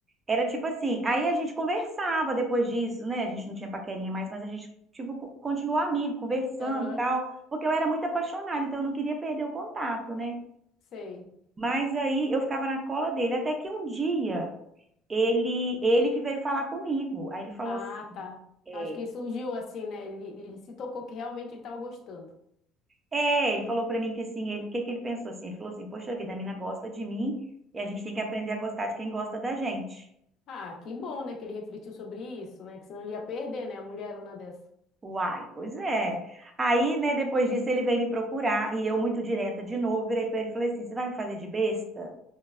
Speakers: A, on the right; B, on the left.
A: Era tipo assim, aí a gente conversava depois disso, né? A gente não tinha paquerinha mais, mas a gente, tipo, co- continuou amigo, conversando
B: Aham,
A: e tal, porque eu era muito apaixonada, então eu não queria perder o contato, né?
B: sei.
A: Mas aí eu ficava na cola dele, até que um dia ele ele que veio falar comigo. Aí ele falou
B: Ah,
A: assim,
B: tá.
A: é,
B: Acho que surgiu assim, né? Ele, ele se tocou que realmente ele estava gostando.
A: é, ele falou pra mim que assim, ele, o que que ele pensou assim? Ele falou assim, poxa vida, a mina gosta de mim e a gente tem que aprender a gostar de quem gosta da gente.
B: Ah, que bom, né? Que ele refletiu sobre isso, né? Que senão ele ia perder, né? A mulherona dessa.
A: Uai, pois é. Aí, né, depois disso ele veio me procurar e eu muito direta de novo, virei pra ele e falei assim, você vai me fazer de besta?